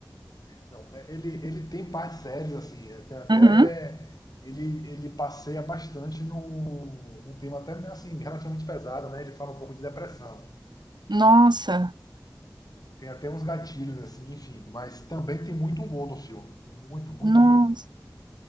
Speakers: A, on the left; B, on the right.
A: Não, é, ele, ele tem partes sérias, assim, é, tem até.
B: Uhum.
A: Ele, ele passeia bastante no, num tema até assim, relativamente pesado, né? Ele fala um pouco de depressão.
B: Nossa,
A: Tem até uns gatilhos, assim, enfim, mas também tem muito humor no filme. Tem muito, muito
B: nossa,
A: humor.